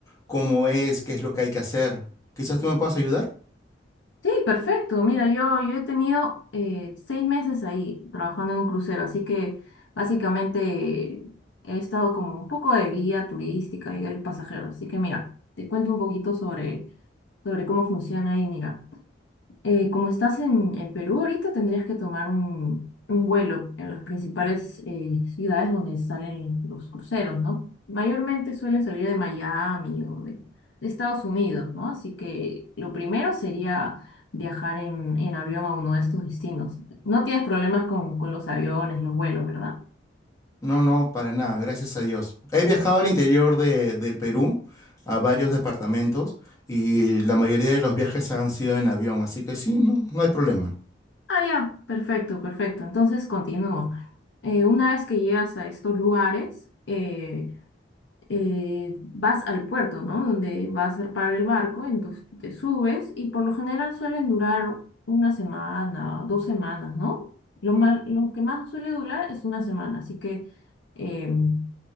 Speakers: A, on the left; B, on the left.
A: cómo es, qué es lo que hay que hacer. Quizás tú me puedas ayudar.
B: Sí, perfecto. Mira, yo, yo he tenido eh, seis meses ahí trabajando en un crucero, así que básicamente he estado como un poco de guía turística y de los pasajeros. Así que mira, te cuento un poquito sobre, sobre cómo funciona ahí, mira eh, como estás en, en Perú ahorita, tendrías que tomar un, un vuelo en las principales eh, ciudades donde salen los cruceros, ¿no? Mayormente suelen salir de Miami o de, de Estados Unidos, ¿no? Así que lo primero sería viajar en, en avión a uno de estos destinos. No tienes problemas con, con los aviones, los vuelos, ¿verdad?
A: No, no, para nada, gracias a Dios. He viajado al interior de- del Perú, a varios departamentos, y la mayoría de los viajes han sido en avión, así que sí, no, no hay problema.
B: Ah, ya, perfecto, perfecto. Entonces continúo. Eh, una vez que llegas a estos lugares, eh, eh, vas al puerto, ¿no? Donde vas a parar el barco, entonces tú te subes y por lo general suelen durar una semana, dos semanas, ¿no? Lo más, lo que más suele durar es una semana, así que em,